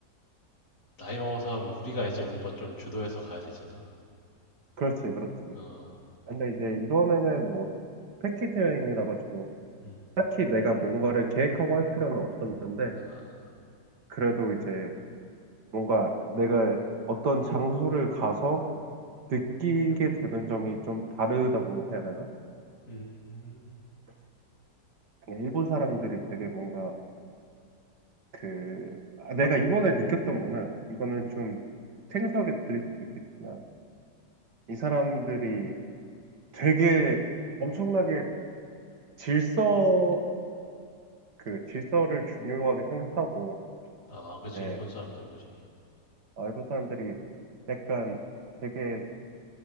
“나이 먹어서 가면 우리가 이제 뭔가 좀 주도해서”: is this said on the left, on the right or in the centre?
Left